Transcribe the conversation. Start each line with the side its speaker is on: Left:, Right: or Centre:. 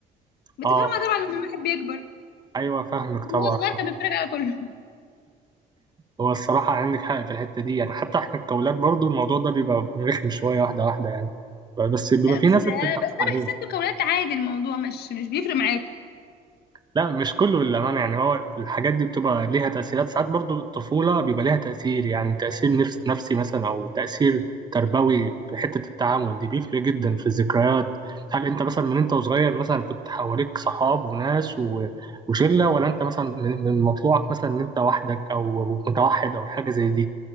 Left: بتفهمها
Right: اه
Left: طبعا لما الواحد بيكبر
Right: ايوه فاهمك طبعا
Left: هو صغير كان بيتفرج على كله
Right: هو الصراحه عندك حق في الحته دي يعني حتى احنا كأولاد برضو الموضوع ده بيبقى رخم شويه واحده واحده يعني بس بيبقى
Left: لا
Right: في
Left: بس
Right: ناس بتتعب
Left: بس
Right: عليه
Left: انا بحس انتوا كولاد عادي الموضوع مش مش بيفرق معاكم
Right: لا مش كله للأمانة يعني هو الحاجات دي بتبقى ليها تأثيرات ساعات برضو الطفولة بيبقى ليها تأثير يعني تأثير نفس نفسي مثلا أو تأثير تربوي في حتة التعامل دي بيفرق جدا في الذكريات هل أنت مثلا من أنت وصغير مثلا كنت حواليك صحاب وناس و- وشلة ولا أنت مثلا من من مطلوعك مثلا إن أنت وحدك أو متوحد أو حاجة زي دي